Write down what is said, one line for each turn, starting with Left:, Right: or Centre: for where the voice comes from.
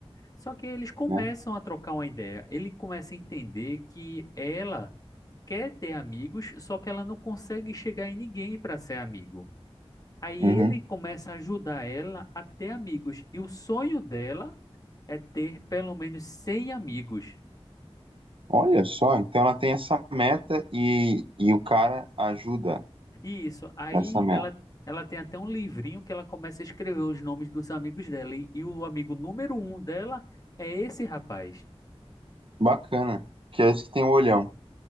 Left: Só que eles começam
Right: né?
Left: a trocar uma ideia. Ele começa a entender que ela quer ter amigos, só que ela não consegue chegar em ninguém para ser amigo. Aí
Right: Uhum.
Left: ele começa a ajudar ela a ter amigos. E o sonho dela é ter pelo menos 100 amigos.
Right: Olha só, então ela tem essa meta e, e o cara ajuda
Left: E isso. Aí
Right: nessa meta.
Left: ela, ela tem até um livrinho que ela começa a escrever os nomes dos amigos dela. E, e o amigo número um dela é esse rapaz.
Right: Bacana. Que é esse que tem o olhão.